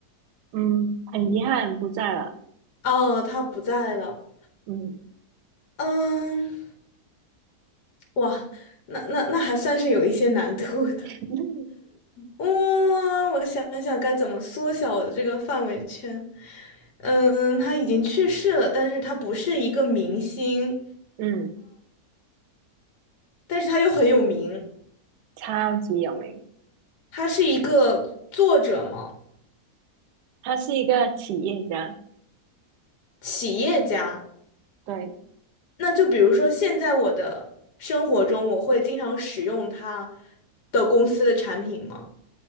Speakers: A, on the right (about 85°); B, on the left (about 85°).
A: 嗯，很遗憾不在了，
B: 哦，他不在了。
A: 嗯
B: 嗯，哇，那那那还算是有一些难度的。
A: <laughs>
B: 哇，我想想该怎么缩小我的这个范围圈。嗯，他已经去世了，但是他不是一个明星，
A: 嗯，
B: 但是他又很有名。
A: 超级有名，
B: 他是一个作者嘛，
A: 他是一个企业家，
B: 企业家。
A: 对
B: 那就比如说，现在我的生活中，我会经常使用他的公司的产品吗？